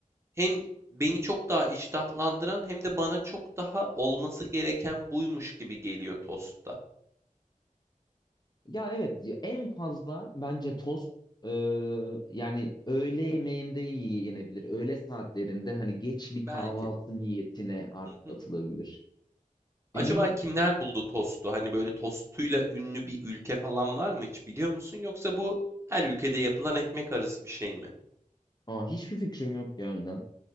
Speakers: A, on the right; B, on the left.
A: hem beni çok daha iştahlandıran hem de bana çok daha olması gereken buymuş gibi geliyor tostta.
B: Ya evet ya en fazla bence tost e, yani öğle yemeğinde yenebilir. Öğle saatlerinde hani geç bir kahvaltı
A: Belki.
B: niyetine artık
A: Hı hı.
B: atılabilir. Benim
A: Acaba kimler buldu tostu? Hani böyle tostuyla ünlü bir ülke falan var mı hiç biliyor musun? Yoksa bu her ülkede yapılan ekmek arası bir şey mi?
B: aa, hiçbir fikrim yok ya inan.